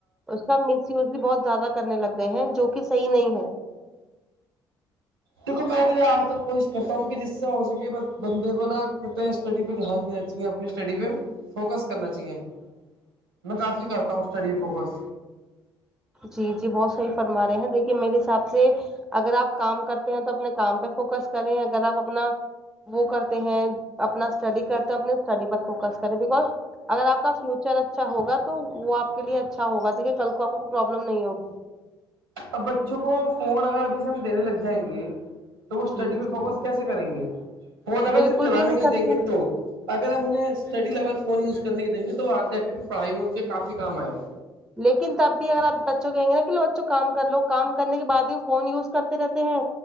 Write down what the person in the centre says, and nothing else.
اس کا مس وز بھی بہت زیادہ کرنے لگ گئے ہیں جو کہ صحی نہیں ہے
جی جی بہت صحی فرما رہے ہیں دیکھیے میرے حساب سے اگر آپ کام کرتے ہیں تو اپنے کام پہ فوکس کریں اگر آپ اپنا وہ کرتے ہیں اپنا اسٹڈی کرتے اپنے اسٹڈی پر فوکس کرے بیکز اگر آپ کا فیوچر اچھا ہوگا تو وہ آپ کے لیے اچھا ہوگ دیکھیے کل کو آپ کو پرابلم نہیں ہوگی
جی
جی
بالکل
بھی نہیں
کرتے
لیکن تب بھی اگر آپ بچوں کو کہیں گے ن کہ لو بچوں کام کر لو کام کرنے کے بعد ہی فون یوز کرتے رہتے ہیں